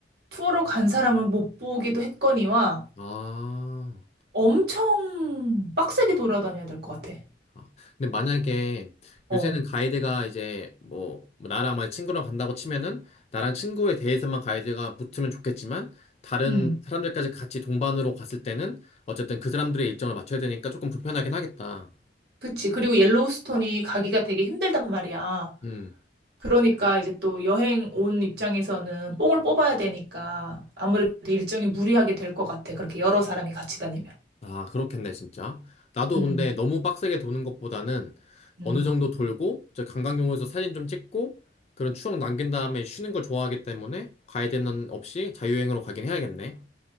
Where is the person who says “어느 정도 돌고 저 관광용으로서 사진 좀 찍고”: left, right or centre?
Left